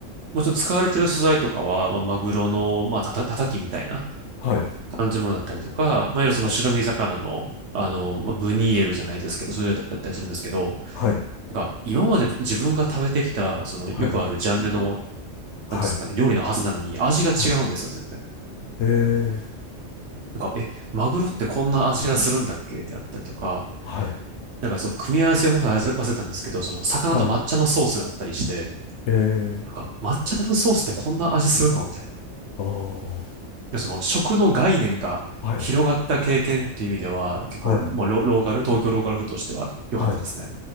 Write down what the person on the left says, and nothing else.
はい、
はい、
はい、
はい、はい、
はい、
ええ、
はい、
はい、ええ、
ああ、は
い、
はい、
はい、